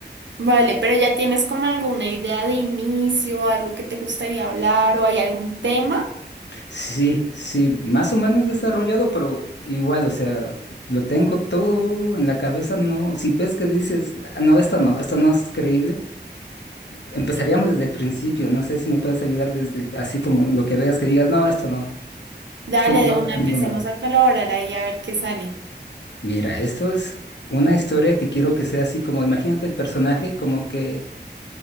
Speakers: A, on the right (about 80°); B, on the left (about 75°).
A: vale, pero ya tienes como alguna idea de inicio, algo que te gustaría hablar o hay algún tema.
B: Sí, sí, más o menos desarrollado, pero igual, o sea, lo tengo todo en la cabeza, no. Si ves que dices, "Ah, no, esto no, esto no es creíble. empezaríamos desde el principio. No sé si me puedes ayudar desde el- así como lo que veas que digas, no, esto no,
A: Dale,
B: esto no
A: de
B: va para
A: una, empecemos
B: ningún lado.
A: a colaborar ahí a ver qué sale.
B: Mira, esto es una historia que quiero que sea así como, imagínate el personaje como que